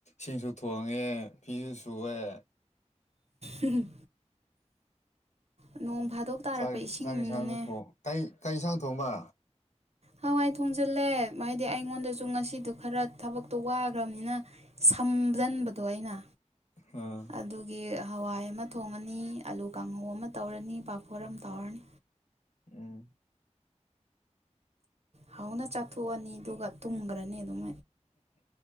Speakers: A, on the left; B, on the right.
A: ꯏꯁꯤꯡꯁꯨ ꯊꯣꯡꯉꯦ ꯐꯤꯁꯨ ꯁꯨꯑꯦ
B: ꯎ ꯅꯣꯡ ꯇꯥꯔꯛꯄ
A: ꯆꯥꯛ
B: ꯏꯁꯤꯡꯅꯅꯦ
A: ꯆꯥꯛ ꯌꯦꯟꯁꯥꯡ ꯊꯣꯡ ꯀ ꯀ ꯌꯦꯟꯁꯥꯡ ꯊꯣꯡꯕ
B: ꯍꯋꯥꯏ ꯊꯣꯡꯖꯤꯜꯂꯦ ꯍꯥꯏꯗꯤ ꯑꯩꯉꯣꯟꯗꯁꯨ ꯉꯁꯤꯗꯣ ꯈꯔ ꯊꯕꯛꯇꯣ ꯋꯥꯈ꯭ꯔꯕꯅꯤꯅ ꯊꯨꯝꯖꯤꯟꯕꯗꯣ ꯑꯩꯅ
A: ꯑꯥ
B: ꯑꯗꯨꯒꯤ ꯍꯋꯥꯏ ꯑꯃ ꯊꯣꯡꯉꯅꯤ ꯑꯂꯨ ꯀꯥꯡꯍꯧ ꯑꯃ ꯇꯧꯔꯅꯤ ꯄꯥꯐꯣꯔ ꯑꯃ ꯇꯥꯎꯔꯅꯤ
A: ꯎꯝ
B: ꯍꯧꯥꯎꯅ ꯆꯥꯊꯣꯛꯑꯅꯤ ꯑꯗꯨꯒ ꯇꯨꯝꯈ꯭ꯔꯅꯤ ꯑꯗꯨꯝ